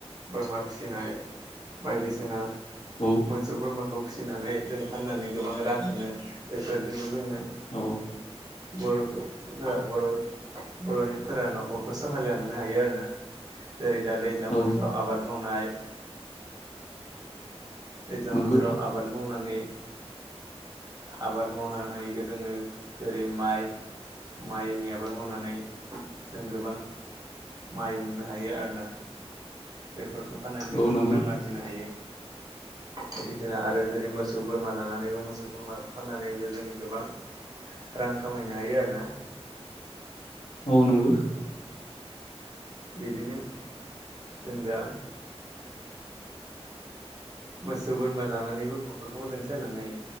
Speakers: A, on the right (about 35°); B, on the left (about 85°).
A: बोरमा फिसिनाय बायदिसिना।
B: औ
A: मोसौ बोरमाखौ। फिसिनानै जों फाननानै गोबां रां मोनो। बेफोरजोंनो जोङो।
B: औ
A: बर'फो फोरा बर' बर'निफोरा न'खरखौ सावहायलांनो हायो आरोना जेरै दा दैज्लां
B: औ
A: बोथोराव आबाद। मावनाय। दैज्लां
B: नंगौ
A: बोथोराव आबाद मावनानै आबाद मावनानै जोङो जेरै माइ माइनि आबाद मावनानै जों गोबां माइ मोननो हायो आरोना बेफोरखौ फाननानै
B: औ
A: जों
B: नंगौ
A: गोबां रां आरजिनो हायो। बायदिसिना आरो जेरै मोसौ बोरमा ला नानै मोसौ बोरमाखौ फाननानैबो जों गोबां रां खामायनो हायो आरोना।
B: औ नंगौ
A: बिदिनो जों दा मोसौ बोरमा लानानैबो नखरखौ मोजां सालायलांनो हायो